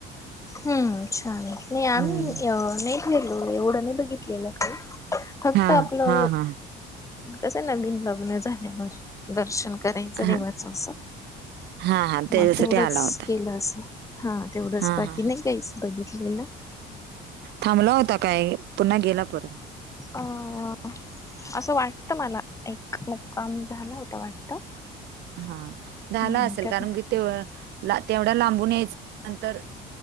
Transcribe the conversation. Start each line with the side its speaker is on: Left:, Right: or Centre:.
Left: हम्म छान. नाही आम्ही
Right: हम्म.
Left: नाही फिरलो एवढं नाही बघितलेलं काही. फक्त
Right: हा
Left: आपलं
Right: हा हा
Left: कसं ना नविनलग्न झाल्यावर दर्शन करायचं
Right: हा
Left: देवाच असं
Right: हा हा त्याच्यासाठी
Left: मग तेवढंच
Right: आला होता
Left: केलं असं. हा तेवढंच
Right: हा
Left: बाकी
Right: हा
Left: नाही
Right: हा
Left: काहीच बघितलेलं.
Right: थांबला होता काय पुन्हा गेला परत.
Left: अ. असं वाटत मला एक मुक्काम झाला होता वाटत.
Right: हा झाला
Left: हम्म
Right: असेल
Left: का
Right: कारण की ते तेवढा लांबून यायच नंतर